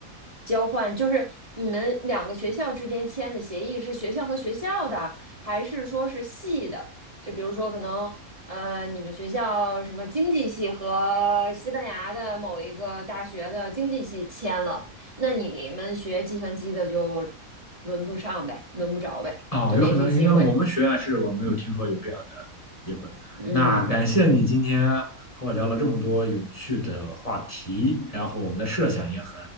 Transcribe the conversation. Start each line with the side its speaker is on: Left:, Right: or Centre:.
Right: 交换，就是你们两个学校之间签的协议是学校和学校的，还是说是系的？就比如说可能，呃，你们学校什么经济系和西班牙的某一个大学的经济系签了。那你们学计算机的就轮不上呗，轮不着呗，
Left: 哦，
Right: 就没这机会。
Left: 有可能应该我们学院是我没有听说有这样的机会。
Right: 嗯，
Left: 那感谢你今天和我聊了这么多有趣的话题，然后我们的设想也很